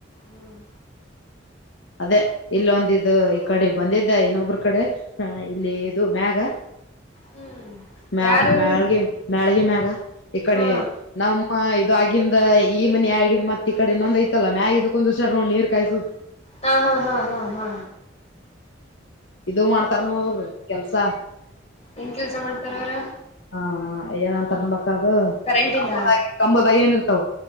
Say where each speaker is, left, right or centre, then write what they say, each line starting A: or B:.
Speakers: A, on the left (about 35°); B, on the left (about 70°).
A: ಹ್ಮ್
B: ಅದೇ ಇಲ್ಲೊಂದಿದ ಈ ಕಡೆ ಬಂದಿದ್ದೆ ಇನ್ನೊಬ್ರ ಕಡೆ ಇಲ್ಲಿ ಇದು ಮ್ಯಾಗ
A: ಹ್ಮ್
B: ಮ್ಯ
A: ಯಾರವ್ರು
B: ಮ್ಯಾಳ್ಗೆ ಮ್ಯಾಳ್ಗೆ ಮ್ಯಾಗ ಈ ಕಡೆ
A: ಹಾ
B: ನಮ್ಮ ಇದು ಆಗಂದ ಈ ಮನ ಆಗ ಮತ್ತೆ ಈ ಕಡೆ ಇನ್ನೊಂದ ಐತಲ್ಲ ಮ್ಯ ಆಗಿದಕ್ಕೊಂದುಷಾರ್ ನೋ ನೀರ್ ಕಾಯಸುದುದು
A: ಹಾ ಹಾ ಹಾ ಹಾ ಹಾ
B: ಇದದು ಮಾಡ್ತಾರ ನೋಡ ಅವರು ಕೆಲ್ಸ
A: ಏನ್ ಕೆಲ್ಸ ಮಾಡ್ತಾರ ಅವ್ರ
B: ಹಾ ಏನಂತಾರ ನೋಡಕದುದ
A: ಕರೆಂಟಿಂದ
B: ಕಂಬದಾಗಿ ಏನಿರ್ತಾವ